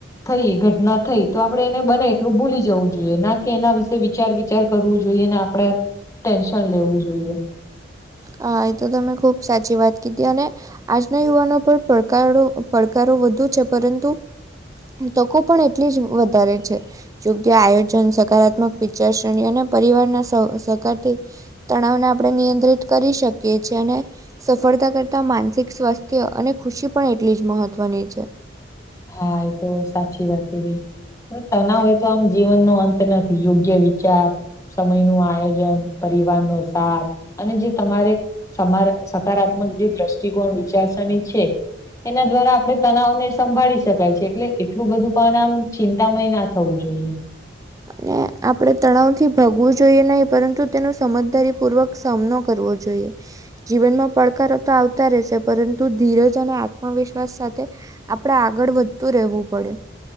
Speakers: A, on the left (about 15°); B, on the right (about 20°).
A: થઈ ઘટના થઈ તો આપડે એને બને એટલું ભૂલી જવું જોઈએ ના કે એના વિશે વિચાર વિચાર કરવું જોઈએ ને આપણે ટેન્શન લેવું જોઈએ
B: હા એ તો તમે ખુબ સાચી વાત કીધી અને આજના યુવાનો પર પડકારો પડકારો વધુ છે, પરંતુ તકો પણ એટલી જ વધારે છે. યોગ્ય આયોજન સકારાત્મક વિચાર શ્રેણી અને પરિવારના સહ સહકારથી તણાવને આપણે નિયંત્રિત કરી શકીએ છીએ અને સફળતા કરતા માનસિક સ્વાસ્થ્ય અને ખુશી પણ એટલી જ મહત્વની છે.
A: હા એ તો સાચી વાત કીધી. તના હોય તો આમ જીવન ન અંત નથી યોગ્ય વિચાર સમય નું આયોજન પરિવાર નો સાથ અને જે તમારે સમા સકારાત્મક જે દ્રષ્ટિકોણ વિચારસણી છે. એના દ્વારા આપણે તનાવ ને સંભાળીશ શકાય છે એટલે એટલું બધું પણ આમ ચિંતામય ના થવું જોઈએ.
B: અનેને આપણે તણાવથી ભાગવું જોઈએ નહીં પરંતુ તેનું સમજદારીપૂર્વક સામનો કરવો જોઈએ. જીવનમાં પડકારો તો આવતા રહેશે પરંતુ ધીરજ અને આત્મવિશ્વાસ સાથે આપણે આગળ વધતું રહેવું પડે.